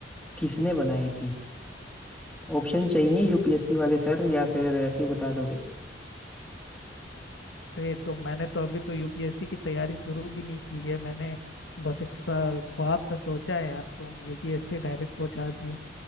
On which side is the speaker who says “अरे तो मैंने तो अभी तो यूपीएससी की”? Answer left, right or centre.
Left